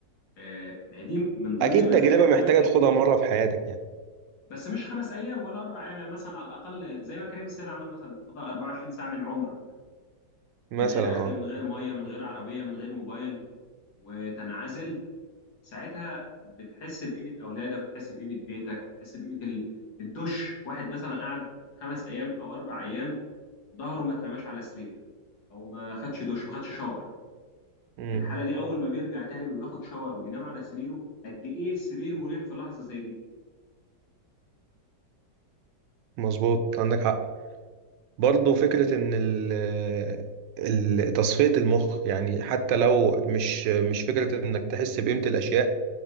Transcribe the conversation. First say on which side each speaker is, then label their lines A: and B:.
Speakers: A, on the left; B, on the right.
A: آه، ما هي دي من ضمن
B: اكيد
A: مزايا
B: تجربه
A: الاماكن
B: محتاجه
A: الجديده
B: تاخدها مره في حياتك يعني
A: بس مش خمس ايام ولا اربع ايام يعني مثلا على الاقل زي ما كريم السيد عمل مثلا تاخدها 24 ساعه من عمرك
B: مثلا
A: من غير
B: اه
A: اكل من غير ميه من غير عربيه من غير موبايل وتنعزل ساعتها بتحس بقيمه اولادك وتحس بقيمه بيتك وتحس بقيمه ال- الدش واحد مثلا قعد خمس ايام او اربع ايام ظهره ما اترماش على سرير او ما خدش دش ما خدش شاور
B: امم
A: في الحاله دي اول ما بيرجع تاني وياخد شاور وينام على سريره قد ايه السرير مريح في لحظه زي دي
B: مظبوط عندك حق برضو فكره ان ال ال- تصفيه المخ يعني حتى لو مش مش فكره انك تحس بقيمه الاشياء